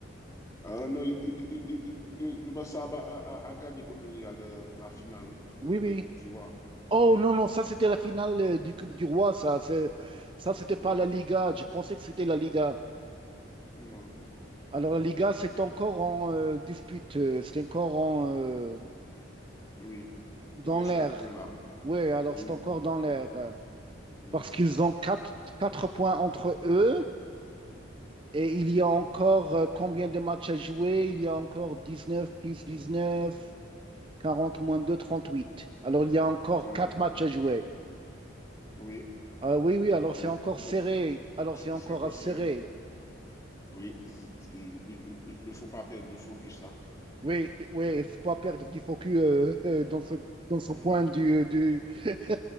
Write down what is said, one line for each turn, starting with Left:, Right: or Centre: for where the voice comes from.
Left: Ah non, il- il- il- il- il- le, le Barça a, ba- a- a a gagné contre le Real de la finale de,
Right: oui, oui.
Left: de Coupe du Roi.
Right: Oh non, non, ça c'était la finale euh, du Coupe du Roi. Ça, c'est, ça c'était pas
Left: Oui,
Right: la Liga. Je pensais que c'était la Liga.
Left: non,
Right: Alors la Liga,
Left: non,
Right: c'est encore en euh, dispute. euh, C'est encore en, euh,
Left: oui,
Right: Dans
Left: il reste
Right: l'air.
Left: quatre points là.
Right: Oui, alors
Left: Oui,
Right: c'est encore dans l'air. euh,
Left: oui,
Right: Parce qu'ils ont quatre, quatre points entre eux et il y a encore euh, combien de matchs à jouer? Il y a encore 19 plus dix-neuf 40 moins deux trente-huit. Alors il y a encore
Left: oui,
Right: quatre matchs à jouer.
Left: oui.
Right: Ah oui, oui, alors
Left: oui.
Right: c'est encore
Left: Donc,
Right: serré. Alors
Left: c'est
Right: c'est encore
Left: c'est encore
Right: serré.
Left: serré. Oui, il, il- il- il ne faut pas perdre de focus là.
Right: Oui, oui, il ne faut pas perdre du focus euh, euh, dans ce, dans ce point
Left: <laughs>
Right: du, euh, du... <laughs>